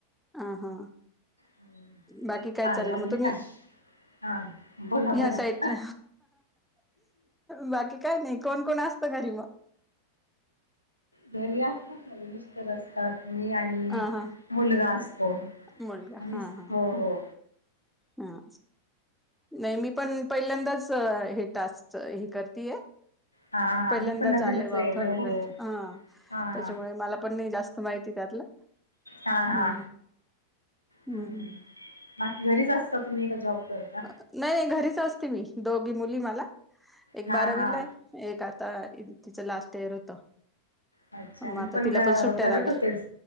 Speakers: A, in the centre; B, on the left.
A: अ हा.
B: हम्म
A: बाकी काय
B: चालेल
A: चाललं
B: अजून
A: मग तुम्ही
B: काय हा बोला
A: ह्या
B: बोला
A: साईडला. बाकी काय नाही कोण कोण असत घरी मग?
B: घरी असतात माझे मिट टर असतात मी आणि
A: हा हा
B: मुलगा असतो
A: मुलगा
B: आणि
A: हा हा
B: हो हो.
A: हा. नाही मी पण, पहिल्यांदाच हे टास्क हे करतीय.
B: हा हा
A: पहिल्यांदाच
B: मी पण नवीनच
A: आलय
B: आहे
A: फोन
B: हो
A: अ फ्रेंड
B: हो
A: हा
B: हा हा
A: त्याच्यामुळे मला पण नाही जास्त माहिती त्यातलं
B: हा हा
A: हम्म हम्म
B: ह्
A: हम्म
B: बाकी घरीच असता का तुम्ही? की जॉब करता?
A: नाही नाही घरीच असते मी, दोघी मुली मला, एक
B: हा
A: बारावीला
B: हा
A: आहे. एक आता तिचं लास्ट इयर होत.
B: अच्छा
A: मग
B: मी
A: आता
B: पण
A: तिला
B: ग
A: सुट्ट्या
B: करत
A: लागल्या
B: होतेच.